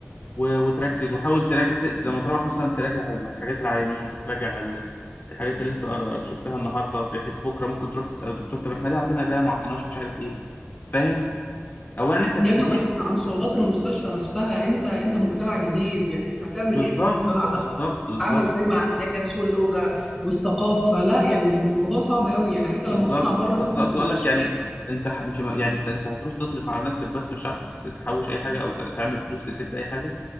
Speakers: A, on the left; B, in the centre.
A: و- وتركز وحاول تراجع ت- لما تروح مثلا تراجع الحاجات العيانين وتراجع ال- الحاجات اللي انت قرا- شفتها النهارده بحيث بكره ممكن تروح تسأل الدكتور طب احنا ليه اعطينا ده ما اعطيناش مش عارف ايه فاهم اولا انت هتستفيد
B: يا ابني وبعيدا عن صعوبات المستشفى نفسها انت انت مجتمع جديد يعني انت هتعمل
A: بالظبط
B: ايه في المجتمع ده؟
A: بالظبط بالظبط
B: عامل ازاي مع الناس واللغه والثقافه لا يعني الموضوع صعب قوي يعني حتى لما
A: بالظبط
B: تطلع بره
A: بس
B: حدود
A: اقصد
B: المستشفى
A: اقول لك يعني انت ح- مش يعني انت انت هتروح تصرف على نفسك بس مش عارف تحوش اي حاجه او ت- تعمل فلوس تسد اي حاجه